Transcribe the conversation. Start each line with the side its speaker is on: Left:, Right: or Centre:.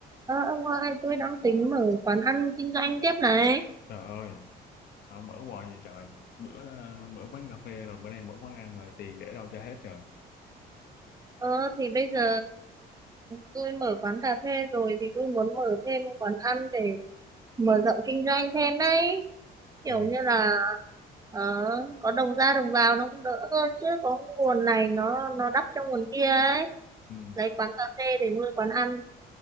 Right: Ờ, ông ơi, tôi đang tính mở quán ăn kinh doanh tiếp này.
Left: Trời ơi, sao mở hoài vậy trời? Bữa ờ, mở quán cà phê rồi bữa nay mở quán ăn rồi tiền để đâu cho hết rồi.
Right: Ờ, thì bây giờ tôi mở quán cà phê rồi thì tôi muốn mở thêm quán ăn để mở rộng kinh doanh thêm đấy. Kiểu
Left: Ừ,
Right: như là ờ, có đồng ra đồng vào nó cũng đỡ hơn chứ có nguồn này nó nó đắp cho nguồn kia ấy.
Left: ừ,
Right: Lấy quán cà phê để nuôi quán ăn.